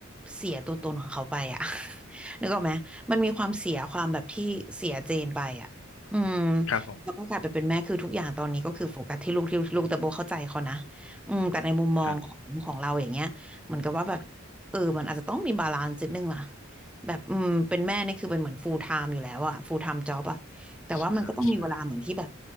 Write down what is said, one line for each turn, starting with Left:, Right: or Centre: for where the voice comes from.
Centre: เสียตัวตนของเขาไปอะ <laughs> นึกออกไหมมันมีความเสียความแบบที่เสียเจนไปอะอืม
Left: ครับผม
Centre: แล้วก็กลายไปเป็นแม่คือทุกอย่างตอนนี้ก็คือโฟกัสที่ลูกที่ลูกแต่โบเข้าใจเขานะอืมแต่ในมุมมองของของเราอย่างเงี้ยเหมือนกับว่าแบบ
Left: ครับ
Centre: เออมันอาจจะต้องมีบาลานซ์นิดนึงล่ะแบบอืมเป็นแม่นี่คือเป็นเหมือน full time อยู่แล้วอะ full time job อะแต่ว่ามันก็ต้องมีเวลาเหมือนที่แบบ
Left: ใช่ใช่